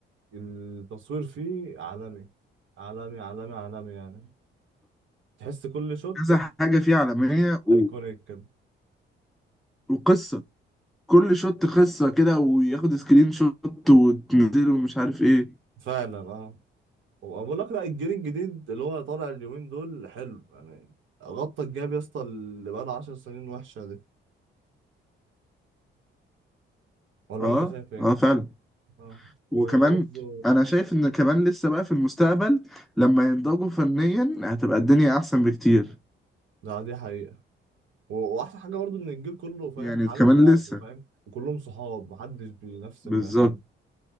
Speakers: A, on the right; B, in the centre.
A: التصوير فيه عالمي عالمي عالمي عالمي يعني تحس كل شوت
B: كذا حاجة فيه عالمية و...
A: ايكونيك كده
B: وقصة كل شوت قصة كده وياخد سكرين شوت وتنزله ومش عارف ايه
A: فعلا اه وبقول لك لا الجيل الجديد اللي هو طالع اليومين دول حلو يعني غطى الجاب يا اسطى اللي بقى له 10 سنين وحشة دي ولا
B: اه
A: انت شايف ايه؟
B: اه فعلا
A: اه وبرضه
B: وكمان انا شايف ان كمان لسه بقى في المستقبل لما ينضجوا فنيا هتبقى الدنيا احسن بكتير
A: ده دي حقيقة و- واحسن حاجة برضه ان الجيل كله فاهم
B: يعني
A: حابب
B: كمان
A: بعضه
B: لسه
A: فاهم وكلهم صحاب محدش بينفس
B: بالظبط
A: من حد